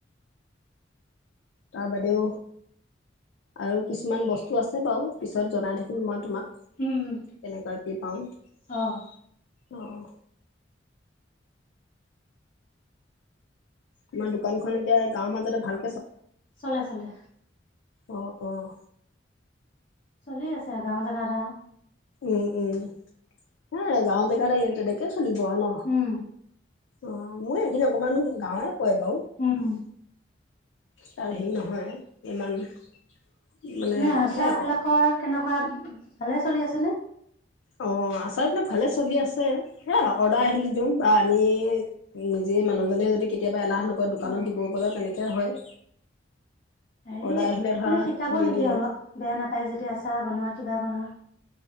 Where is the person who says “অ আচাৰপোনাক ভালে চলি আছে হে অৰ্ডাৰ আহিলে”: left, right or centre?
Left